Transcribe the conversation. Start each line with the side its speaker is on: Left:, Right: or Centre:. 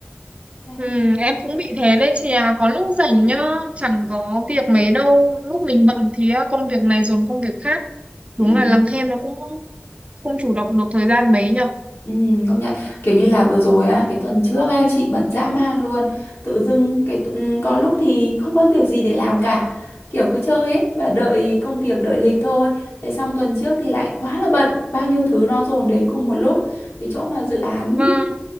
Left: Đấy.
Right: Ừ, em cũng bị thế đấy chị à, có lúc rảnh nhá, chẳng có việc mấy đâu. Lúc mình bận thì á, công việc này dồn công việc khác. Đúng
Left: Ừ.
Right: là làm thêm nó cũng không chủ động được thời gian mấy nhở.
Left: Ừ, công nhận kiểu như là vừa rồi á cái tuần trước á chị bận dã man luôn tự dưng cái tu- ừ, có lúc thì không có việc gì để làm cả kiểu cứ chơi ấy và đợi công việc đợi lịch thôi thế xong tuần trước thì lại quá là bận bao nhiêu thứ nó dồn đến cùng một lúc cái chỗ mà dự án
Right: vâng